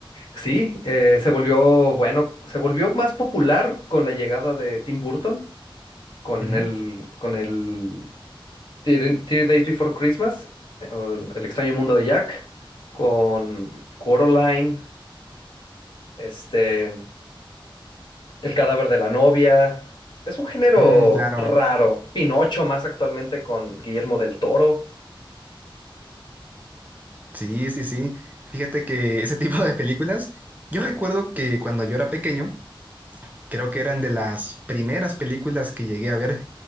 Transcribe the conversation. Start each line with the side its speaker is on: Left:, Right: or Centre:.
Left: Sí, eh, se volvió, bueno, se volvió más popular con la llegada de Tim Burton, con
Right: Ujú.
Left: el, con el Three Three Days Before Christmas, eh, o El extraño mundo de Jack, con Coraline, este, El cadáver de la novia. Es un género
Right: Mm, claro.
Left: raro. Pinocho más actualmente con Guillermo del Toro.
Right: Sí, sí, sí. Fíjate que ese <laughs> tipo de películas, yo recuerdo que cuando yo era pequeño, creo que eran de las primeras películas que llegué a ver